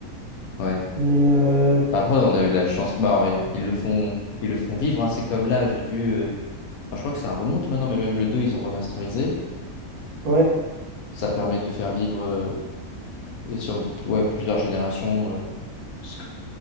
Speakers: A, on the left (about 75°); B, on the right (about 75°).
A: Ouais.
B: Mais, euh,
A: Après, on a eu la chance. Bah, ouais, ils le font ils le font vivre. hein. C'est comme là, j'ai vu. Enfin, je crois que ça remonte maintenant, mais même le 2 ils ont remasterisé.
B: ouais.
A: Ça permet de faire vivre euh, et sur ouais, plusieurs générations, euh, c-